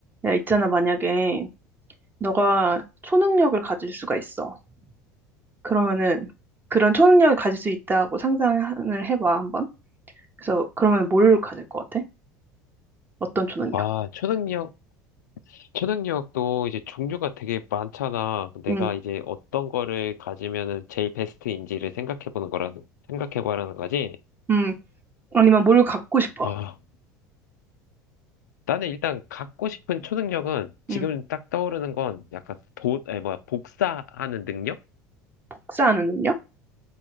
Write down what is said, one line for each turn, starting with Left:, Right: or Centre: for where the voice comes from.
Right: 야, 있잖아, 만약에 너가 초능력을 가질 수가 있어. 그러면은 그런 초능력을 가질 수 있다고 상상을 해봐, 한번. 그래서 그러면 뭘 가질 것 같아? 어떤 초능력?
Left: 아, 초능력, 초능력도 이제 종류가 되게 많잖아. 내가
Right: 음,
Left: 이제 어떤 거를 가지면은 제일 베스트인지를 생각해 보는 거라는, 생각해 보라는 거지.
Right: 음, 아니면 뭘 갖고 싶어?
Left: 아, 나는 일단 갖고 싶은 초능력은 지금
Right: 음,
Left: 딱 떠오르는 건 약간 도, 아니, 뭐야, 복사하는 능력?
Right: 복사하는 능력?